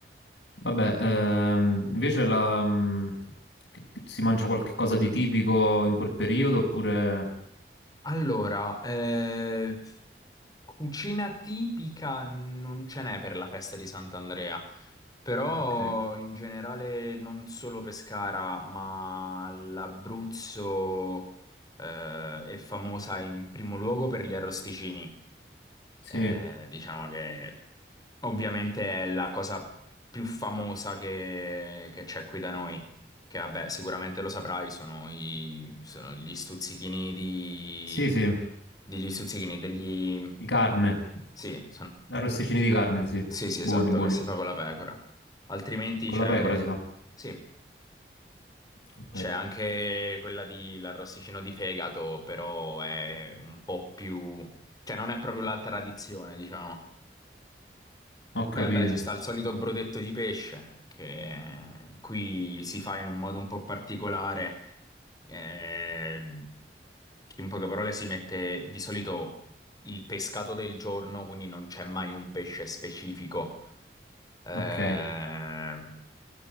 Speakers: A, on the left; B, on the left.
A: vabbè, ehm, invece la, mm, che- che si mangia qualche cosa di tipico in quel periodo oppure...
B: Allora, eh, cucina tipica non ce n'è per la festa di Sant'Andrea. Però
A: Ok,
B: in generale non solo Pescara, ma l'Abruzzo eh, è famosa in primo luogo per gli arrosticini.
A: sì,
B: Eh, diciamo che ovviamente è la cosa più famosa che che c'è qui da noi, che vabbè, sicuramente lo saprai, sono, i- sono gli stuzzichini di...
A: sì, sì,
B: degli stuzzichini, degli...
A: di carne,
B: Sì,
A: arrosticini di carne, sì,
B: sì, sì,
A: buoni,
B: esatto,
A: buoni.
B: che si fa con la pecora. Altrimenti
A: Con
B: c'è,
A: la pecora si fa.
B: sì,
A: Ok,
B: c'è anche quella di l'arrosticino di fegato, però è un po' più, cioè non è proprio la tradizione, diciamo.
A: ho
B: Beh,
A: capito.
B: beh, ci sta il solito brodetto di pesce che qui si fa in un modo un po' particolare. eh, in poche parole si mette di solito il pescato del giorno, quindi non c'è mai un pesce specifico. Eh,
A: Ok,